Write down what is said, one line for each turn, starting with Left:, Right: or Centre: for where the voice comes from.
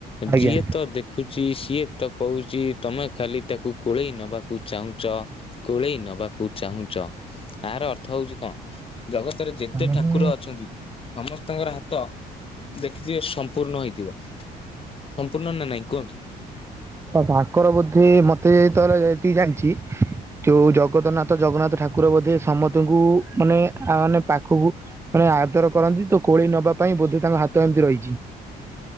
Right: ଆଜ୍ଞା
Left: ଯିଏ ତ ଦେଖ ଖୁଚି ସିଏ ତ କହୁଚି ତମେ ଖାଲି ତାକୁ କୋଳେଇ ନବାକୁ ଚାହୁଁଚ? କୋଳେଇ ନବାକୁ ଚାହୁଁଚ। ଆର ଅର୍ଥ ହଉଚି କଣ? ଜଗତ ଯେତେ
Right: ମାନେ
Left: ଠାକୁର ଅଛନ୍ତି ସମସ୍ତଙ୍କର ହାତ ଦେଖିଥିବେ ସମ୍ପୂର୍ଣ୍ଣ ହେଇଥିବ ସମ୍ପୂର୍ଣ୍ଣ ନା ନାଇଁ କୁହନ୍ତୁ?
Right: ତାଙ୍କର ବୋଧେ ମତେ ଥରେ ଏତିକି ଜାଣିଚି ଯୋଉ ଜଗତର ନାଥ ଜଗନ୍ନାଥ ଠାକୁର ବୋଧେ ସମସ୍ତଙ୍କୁ ମାନେ ଆ ମାନେ ପାଖକୁ ମାନେ ଆଦର କରନ୍ତି। ତ କୋଳେଇ ନବା ପାଇଁ ବୋଧେ ତାଙ୍କ ହାତ ଏମିତି ରହିଚି।